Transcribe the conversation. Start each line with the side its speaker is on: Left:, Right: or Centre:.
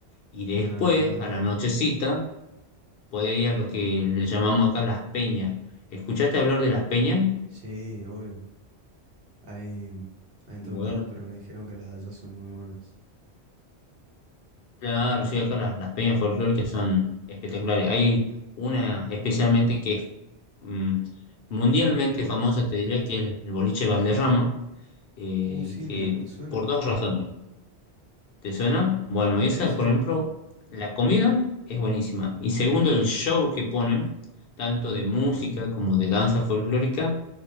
Left: Y después,
Right: Mira, no tenía idea.
Left: a la nochecita, podés ir a lo que le llamamos acá las peñas. ¿Escuchaste hablar de las peñas?
Right: Sí, obvio. Hay, hay en
Left: Bueno,
Right: todos lados, pero me dijeron que las de allá son muy buenas.
Left: claro, sí, acá las, las peñas folclóricas son espectaculares. Hay una especialmente que es mm, mundialmente famosa, te diría, que es el boliche Valderrama, eh,
Right: Uh, sí, me,
Left: que
Right: me suena.
Left: por dos razones. ¿Te suena? Bueno, esa,
Right: Sí, sí,
Left: por ejemplo, la comida es buenísima. Y segundo, el show que ponen, tanto de música como de danza folclórica,